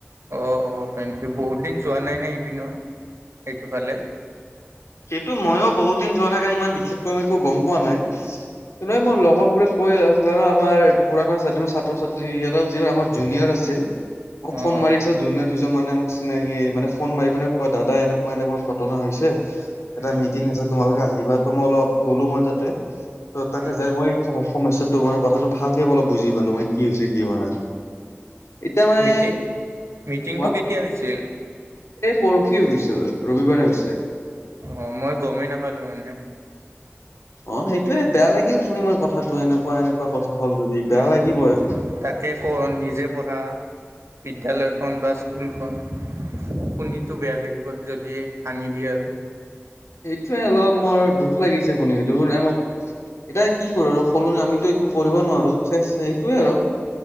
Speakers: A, on the right; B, on the left.
A: অঁ অঁ হয় নেকি? বহুত দিন যোৱা নাই নাই ইপিনেও সেইটোফালে।
B: যিহেতু মইয়ো বহুত দিন যোৱা নাই কাৰণে ইমান বিশেষকৈ ম‌ই একো গম পোৱা নাই এনেই মোৰ লগৰবোৰে কৈ আছিল আৰু আমাৰ পুৰণা ছাত্ৰ ছাত্ৰ-ছাত্ৰী এটাও যিবোৰ আমাৰ জুনিয়ৰ আছিল। মোক
A: অ'
B: ফোন
A: অ'
B: মাৰিছে জুনিয় দুজন মানে মোক। চিনাকি মানে ফোন মাৰি পিনে কয়, দাদা এনেকুৱা এনেকুৱা ঘটনা হৈছে। এটা
A: উম
B: মিটিং আছে তোমালোকে আহিবা তো মই অলপ গ'লো মই তাতে, ত' তাতে
A: অ'
B: যাই মই সমস্যা সমস্যাটো মানে কথাটো ভালকে ম‌ই অলপ বুজি পালো মান কি হৈছে কি হোৱা নাই। এতিয়া মানে
A: মিটিং মিটিংটো
B: কি কোৱা
A: কেতিয়া হৈছিল?
B: এই পৰহি হৈ গৈছিল ৰবিবাৰে হৈছে।
A: অ মই গমেই নাপালো মানে।
B: অ সেইটোৱে বেয়া লাগিল শুনি মই কথাটো এনেকুৱা এনেকুৱা কথা হল যদি বেয়া
A: উম,
B: লাগিবই।
A: তাকে কওঁ নিজে পঢ়া বিদ্যালয়খন বা স্কুলখন। শুনিতো বেয়া লাগিবই যদি ভাঙি দিয়ে আৰু।
B: সেইটোৱে অলপ মোৰ দুখ লাগিছে খিনি পেলে এতিয়া কি কৰো আৰু সলনি আমিতো একো কৰিব নোৱাৰো, চে এইটোৱে আৰু।